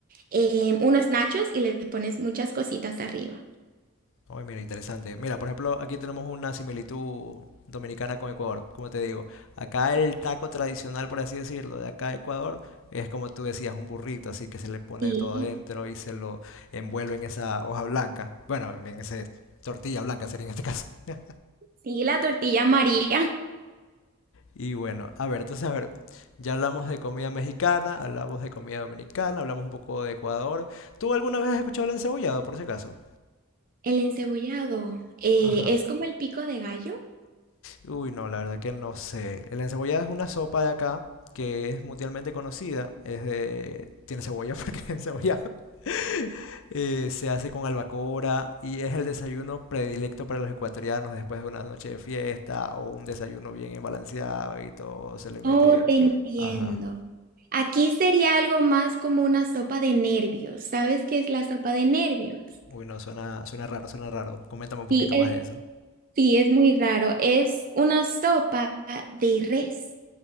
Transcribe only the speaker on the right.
eh, unos nachos y le pones muchas cositas arriba.
Sí,
sí, la tortilla María.
El encebollado, eh,
¿es como el pico de gallo?
Oh, te entiendo.
Aquí sería algo más como una sopa de nervios. ¿Sabes qué es la sopa de nervios?
Sí, es,
sí, es muy raro. Es una sopa de res.